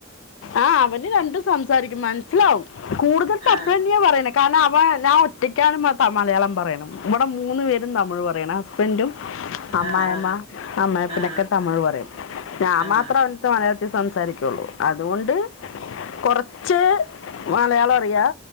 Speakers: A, on the left (about 75°); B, on the right (about 25°).
A: ആ അവന് രണ്ടും സംസാരിക്കും മനസ്സിലാവും കൂടുതൽ തപ്പ്
B: ആ
A: തന്നെയാ പറയണെ കാരണം അവൻ ഞാൻ ഒറ്റയ്ക്കാണ് മലയാളം പറയണ് ഇവിടെ മൂന്ന് പേരും തമിഴ് പറയണ് ഹസ്ബൻഡും അമ്മായഅമ്മ
B: ആഹ് ആഹ്
A: അമ്മായപ്പനൊക്കെ
B: ആഹ്
A: തമിഴ് പറയും ഞാൻ
B: ആഹ്
A: മാത്ര അവന്റെടുത്ത് മലയാളത്തി ൽ സംസാരിക്കുള്ളൂ അതുകൊണ്ട് കൊറ കുച്ച് മലയാളം അറിയാം